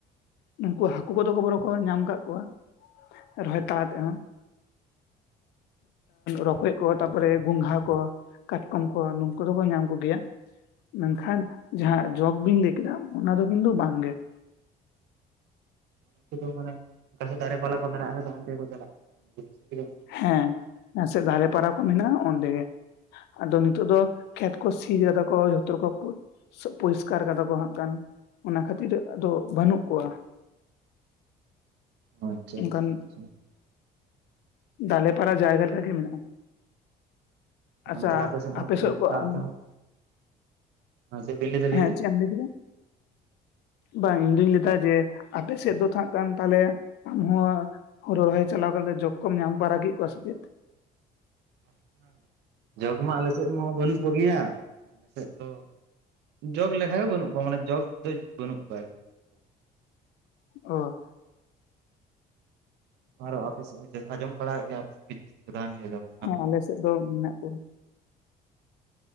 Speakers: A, on the left; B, on the right.
A: ᱱᱩᱠᱩ ᱦᱟᱹᱠᱩ ᱠᱚᱫᱚ ᱠᱚ ᱵᱚᱨᱚᱝ ᱠᱚ ᱧᱟᱢ ᱟᱠᱟᱫ ᱠᱚᱣᱟ ᱾ ᱨᱚᱦᱚᱭ ᱛᱟᱞᱟ ᱛᱮ ᱦᱚᱸ ᱾ ᱨᱚᱠᱚᱡ ᱠᱚ, ᱛᱟᱨᱯᱚᱨᱮ, ᱜᱚᱝᱜᱷᱟ ᱠᱚ ᱾ ᱠᱟᱴᱠᱚᱢ ᱠᱚ ᱱᱩᱠᱩ ᱫᱚᱠᱚ ᱧᱟᱢ ᱠᱚᱜᱮᱭᱟ ᱾ ᱢᱮᱱᱠᱷᱟᱱ ᱡᱟᱦᱟᱸ ᱡᱚᱸᱠ ᱵᱤᱱ ᱞᱟᱹᱭ ᱠᱮᱫᱟ ᱚᱱᱟ ᱫᱚ ᱠᱤᱱᱛᱩ ᱵᱟᱝ ᱜᱮ ᱾
B: ᱩᱱᱠᱩ ᱫᱚ ᱢᱟᱱᱮ ᱚᱠᱟ ᱥᱮᱫ ᱫᱟᱨᱮ, ᱯᱟᱞᱟ ᱠᱚ ᱢᱮᱱᱟᱜ ᱟᱠᱟᱫᱟ ᱚᱱᱛᱮ ᱜᱮ ᱠᱚ ᱪᱟᱞᱟᱜ <unintelligible> ᱜᱷᱩᱴᱩ ᱥᱮᱫ ᱨᱮᱜᱮ
A: ᱦᱮᱸ ᱡᱟᱦᱟ ᱥᱮᱫ ᱫᱟᱨᱮ ᱯᱟᱲᱟ ᱠᱚ ᱢᱮᱱᱟᱜᱼᱟ ᱚᱸᱰᱮ ᱜᱮ ᱾ ᱟᱫᱚ ᱱᱤᱛᱚᱜ ᱫᱚ ᱠᱷᱮᱛ ᱠᱚ ᱥᱤ ᱠᱟᱫᱟ ᱠᱚ, ᱡᱷᱚᱛᱚ ᱦᱚᱲ ᱠᱚ ᱯᱚᱨᱤᱥᱠᱟᱨ ᱠᱟᱫᱟ ᱠᱚ ᱦᱟᱸᱜ ᱠᱷᱟᱱ ᱚᱱᱟ ᱠᱷᱟᱹᱛᱤᱨ ᱟᱫᱚ ᱵᱟᱹᱱᱩᱜ ᱠᱚᱣᱟ ᱾
B: ᱚ ᱟᱪᱷᱟ
A: ᱚᱱᱠᱟᱱ
B: ᱟᱪᱷᱟ ᱟᱪᱪᱷᱟ ᱾
A: ᱫᱟᱞᱮ ᱯᱟᱲᱟ ᱡᱟᱭᱜᱟ ᱞᱮᱠᱟ ᱜᱮ ᱢᱮᱱᱟᱜᱼᱟ ᱾ ᱟᱪᱪᱷᱟ
B: ᱢᱟᱱᱮ ᱛᱟᱦᱚᱞᱮ ᱢᱟ
A: ᱟᱯᱮ
B: ᱯᱩᱨᱟᱹ
A: ᱥᱮᱫ ᱠᱚᱜ
B: ᱫᱟᱜ
A: ᱟᱢ,
B: ᱛᱮᱦᱚᱸ ᱪᱮᱫ ᱵᱤᱱ ᱞᱟᱹᱭᱫᱟ
A: ᱦᱮᱸ
B: ᱵᱤᱱ
A: ᱪᱮᱫ ᱮᱢ ᱞᱟᱹᱭ ᱠᱮᱫᱟ? ᱵᱟᱝ ᱤᱧ ᱫᱩᱧ ᱞᱟᱹᱭ ᱫᱟ ᱡᱮ ᱟᱯᱮ ᱥᱮᱫ ᱫᱚ ᱛᱚ ᱦᱟᱸᱜ ᱠᱷᱟᱱ ᱛᱟᱦᱞᱮ ᱟᱢ ᱦᱚᱸ ᱦᱲᱩ ᱨᱚᱦᱚᱭ ᱪᱟᱞᱟᱣ ᱠᱟᱛᱮ ᱡᱚᱸᱠ ᱠᱚᱢ ᱧᱟᱢ ᱯᱟᱨᱟ ᱠᱮᱫ ᱠᱚᱣᱟ ᱥᱮ ᱪᱮᱫ?
B: ᱦᱮᱸ ᱾ ᱡᱚᱸᱠ ᱢᱟ ᱟᱞᱮ ᱥᱮᱫ ᱢᱟ ᱵᱟᱹᱱᱩᱜ ᱠᱚᱜᱮᱭᱟ, ᱟᱞᱮ ᱥᱮᱫ ᱫᱚ ᱡᱚᱸᱠ ᱞᱮᱠᱷᱟ ᱜᱮ ᱵᱟᱹᱱᱩᱜ ᱠᱚᱣᱟ, ᱢᱟᱱᱮ ᱡᱚᱸᱠ ᱫᱚ ᱵᱟᱹᱱᱩᱜ ᱠᱚᱣᱟ ᱾ ᱮᱠᱫᱚᱢ ᱾
A: ᱚ ᱾
B: ᱟᱨ ᱟᱯᱮ ᱥᱮᱫ ᱦᱚᱸ ᱟᱸᱡᱚᱢ ᱵᱟᱲᱟᱣ ᱠᱟᱜ ᱜᱤᱭᱟᱹᱧ ᱟᱯᱮ ᱥᱮᱫ ᱜᱮ ᱡᱟᱹᱥᱛᱤ ᱠᱚ ᱛᱟᱦᱮᱱ ᱜᱮᱭᱟ ᱡᱚᱸᱠ ᱾
A: ᱦᱮᱸ ᱟᱞᱮ ᱥᱮᱫ ᱫᱚ ᱢᱮᱱᱟᱜ ᱠᱚᱣᱟ ᱾